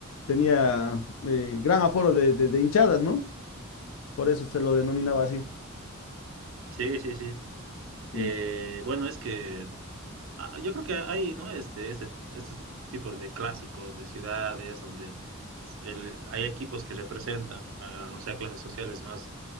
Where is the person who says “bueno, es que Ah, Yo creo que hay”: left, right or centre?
Right